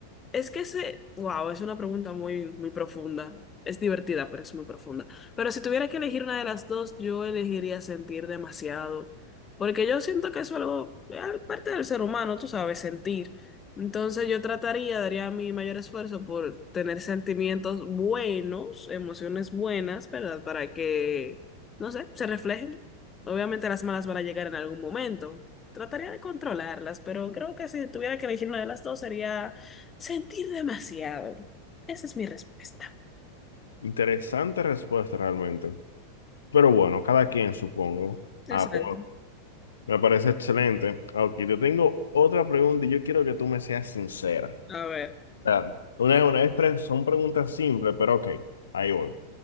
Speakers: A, on the left; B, on the left.
A: Es que ese, wow, es una pregunta muy, muy profunda. Es divertida, pero es muy profunda. Pero si tuviera que elegir una de las dos, yo elegiría sentir demasiado. Porque yo siento que eso es algo, eh, parte del ser humano, tú sabes, sentir. Entonces yo trataría, daría mi mayor esfuerzo por tener sentimientos buenos, emociones buenas, ¿verdad? Para que, no sé, se reflejen. Obviamente las malas van a llegar en algún momento. Trataría de controlarlas, pero creo que si tuviera que elegir una de las dos sería Sentir demasiado. Esa es mi respuesta.
B: Interesante respuesta realmente. Pero bueno, cada quien supongo. Ah,
A: Exacto.
B: pues me parece excelente. Ok, yo tengo otra pregunta y yo quiero que tú me seas sincera.
A: A ver.
B: O sea, una, una vez pre- son preguntas simples, pero ok, ahí voy.